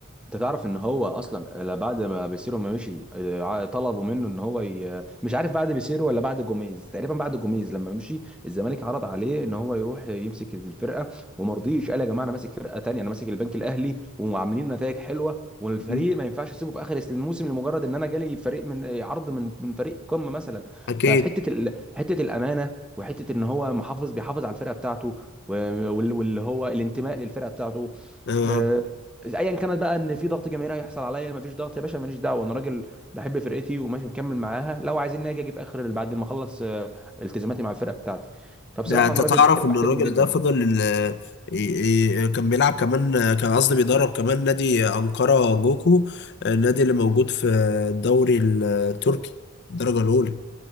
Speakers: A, in the centre; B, on the left.
A: انت تعرف ان هو اصلا لا بعد ما بيسيرو ما مشي آه، طلبوا منه ان هو ي... مش عارف بعد بيسيرو ولا بعد جوميز تقريبا بعد جوميز لما مشي الزمالك عرض عليه ان هو يروح يمسك الفرقه وما رضيش قال يا جماعه انا ماسك فرقه تانية انا ماسك البنك الاهلي وعاملين نتائج حلوه والفريق
B: مم.
A: ما ينفعش اسيبه في اخر الموسم لمجرد ان انا جالي فريق من عرض من من فريق قمه مثلا
B: اكيد
A: فحته ال... حته الامانه وحته ان هو محافظ بيحافظ على الفرقه بتاعته و- وال- واللي هو الانتماء للفرقه بتاعته
B: آه.
A: آه، ايا كانت بقى ان في ضغط جماهيري هيحصل عليا مفيش ضغط يا باشا ماليش دعوه انا راجل بحب فرقتي وماشي مكمل معاها لو عايزين اجي اجيب اخر بعد ما اخلص آه، التزاماتي مع الفرقه بتاعتي فبصراحه
B: ده انت
A: انا
B: تعرف
A: راجل بحترم
B: ان
A: بحترمه
B: الراجل
A: جدا
B: ده فضل ال- ي- ي- كان بيلعب كمان كان قصدي بيدرب كمان نادي أنقرة جوكو النادي اللي موجود في الدوري التركي الدرجة الأولى